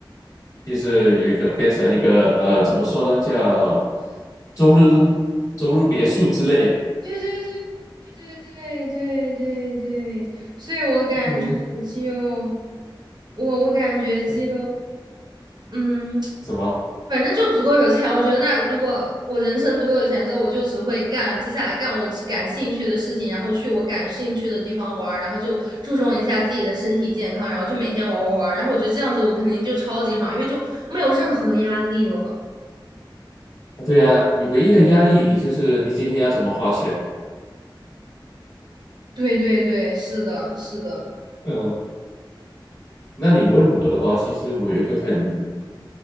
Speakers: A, on the left; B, on the right.
A: 就是有一个变成一个呃，怎么说呢，叫周日屋、周日别墅之类的
B: 对对对对对对对对，所以我感觉就
A: 嗯，
B: 我我感觉就
A: <laughs>
B: 嗯，
A: 什么？
B: 反正就足够有钱。我觉得那如果我人生足够有钱之后，我就只会干接下来干我只感兴趣的事情，然后去我感兴趣的地方玩儿然后就注重一下自己的身体健康，然后就每天玩玩玩儿然后我觉得这样子我肯定就超级爽，因为就没有任何压力了。
A: 对啊，你唯一的压力，你就是你今天要怎么花钱啊？
B: 对对对，是的，是的。
A: 嗯，那你问我的话，其实我有一个很